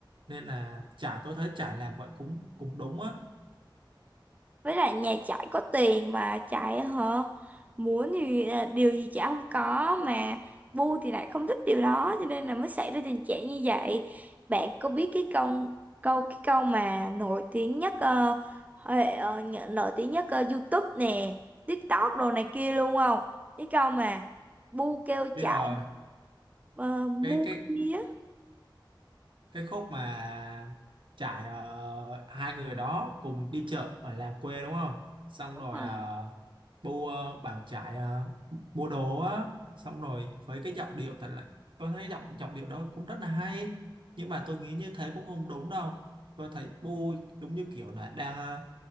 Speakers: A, on the right; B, on the right.
A: Nên là trải tôi thấy trải làm vậy cũng cũng đúng á.
B: với lại nhà chạy có tiền mà chạy á hả muốn thì à, điều gì chả không có mà Bu thì lại không thích điều đó cho nên là mới xảy ra tình trạng như vậy bạn có biết cái câu câu cái câu mà nổi tiếng nhất ờ, hệ- ờ, nhở- nổi tiếng nhất ờ, YouTube nè TikTok đồ này kia luôn không cái câu mà Bu kêu
A: Biết
B: chạy
A: rồi,
B: ờ, mua
A: cái cái
B: bia
A: cái khúc mà trải ờ, hai người đó cùng đi chợ ở làng quê đúng không xong
B: đúng
A: rồi
B: rồi
A: uh, bu ờ, bảo trải ờ, mua đồ á xong rồi với cái giọng điệu thật là tôi thấy giọng giọng điệu đó cũng rất là hay nhưng mà tôi nghĩ như thế cũng không đúng đâu tôi thấy bu giống như kiểu là đang ờ,